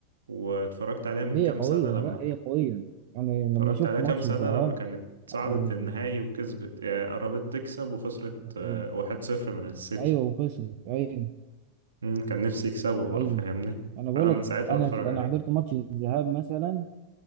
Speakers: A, on the right; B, on the right.
A: واتفرجت عليها من
B: هي
A: كام
B: قويه
A: سنة لما
B: لا هي قويه يعني لما
A: اتفرجت
B: شفت
A: عليها كام
B: ماتش
A: سنة
B: الذهاب
A: لما كانت صعدت
B: آه،
A: النهائي وكسبت يعني قربت تكسب وخسرت آه،
B: آه،
A: واحد صفر من السيتي
B: ايوه وخسرت ايوه
A: مم، كان نفسي يكسبوا
B: ايوه
A: بقى فاهمني
B: انا بقول
A: فانا
B: لك
A: من ساعتها
B: انا
A: بتفرج
B: انا
A: عليهم
B: حضرت ماتش الذهاب مثلا